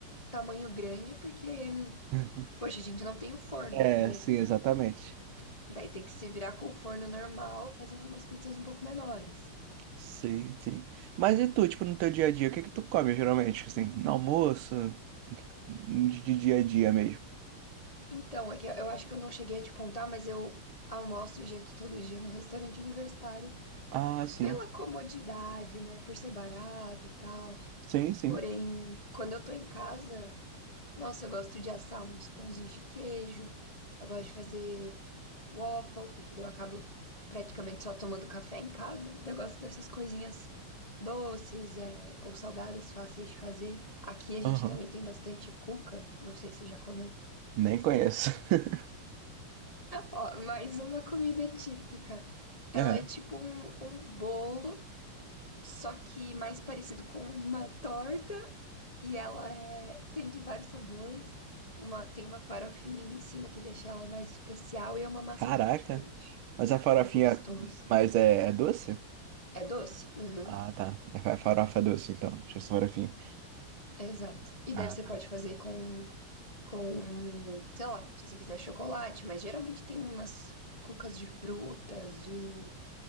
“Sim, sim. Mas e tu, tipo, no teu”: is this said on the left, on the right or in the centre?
Right